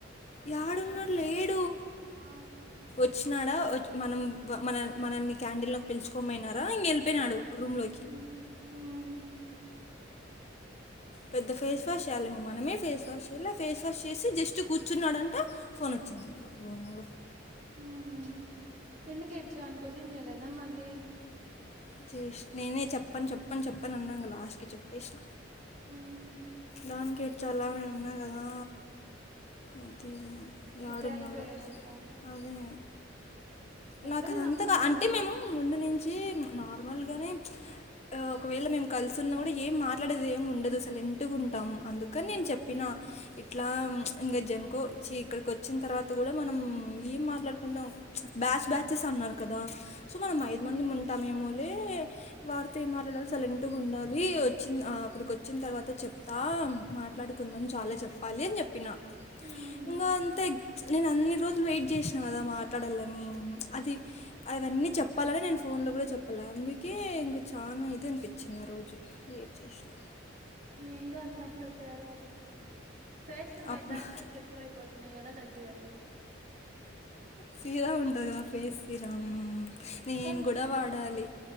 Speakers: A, on the left (about 35°); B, on the right (about 40°).
A: యాడున్నాడ్లే
B: ఊ
A: ఒచ్చినాడా మనం మన మనల్ని క్యాడిల్ల్లో పిలుచుకోం బోయినారా ఇంగ ఎళ్పోయినాడు రూమ్లోకి
B: హ్మ్ హ్మ్
A: పెద్ద ఫేస్ వాష్ చేయ్యాలేమో మనమే ఫేస్ వాష్ చెయలె ఫేస్ వాష్ చేసి జస్ట్ కూర్చున్నాడన్ ట ఫోన్ ఒచ్చిందంట భొంగు
B: హూమ్ ఎందుకు ఏడ్చావని కొశన్ జేయలేదా మళ్ళీ
A: చేశ్ నేనే చెప్పన్ చెప్పన్ చెప్పన్ అన్నంగ లాస్ట్కి చెప్పేశ్న
B: హ్మ్
A: దానికేడ్చలా నేను ఉన్నా కదా అది
B: ఇప్పుడు
A: ఏడున్నాడో
B: యాడికి పోయాడంట
A: అదే
B: ఎవ్వరిని
A: నాకుదంతాగా
B: నమ్మకూడదు
A: అంటే మేము ముందు నుంచి నార్మల్గానే ఒకవేళ మేము కలిసున్నా కూడా ఏం మాట్లాడేదెం ఉండదు సైలెట్ గుం అందుకన్ నేను
B: ఉమ్
A: చెప్పిన ఇట్లా ఇంగ జనుకోచ్ ఇక్కడికి వచ్చిన తర్వాత కూడా మనం ఏం మాట్లాడుకుంటాం బ్యాచ్ బ్యాచేస్ అన్నారు కదా సో మనం
B: ఉమ్
A: ఐదు మంది ఉంటామేమో వాడితో ఎం మాట్లాలి సైలెంట్గా ఉండాలి వచ్చిన్ ఆ అక్కడికి వచ్చిన తర్వాత చెప్ త్తా మాట్లాడుకుందాం చాలా చెప్పాలి అని చెప్పిన
B: ఉమ్
A: ఇంకా అంతే నేను అన్ని రోజులు వెయిట్ చేసినా కదా మాట్లాడాలని అది అవన్నీ చెప్పాలనే నేను ఫోన్లో కూడా చెప్పాలే అందుకే ఇంగ చాలా ఇదనిపించింది ఆ రోజు ఏడ్ చేసినా
B: ఇ ఏం కాదులే అప్పుడప్పుడు ఏడవాలి ఫేస్ మీద
A: అప్పుడు
B: బ్లాక్ హెడ్స్ ఎక్కువ అయిపోతున్నాయి ఎలా తగ్గియలీ
A: సిరా ఉంటది కదా ఫేస్ సిరం నేను
B: కానీ
A: కూడా వాడాలి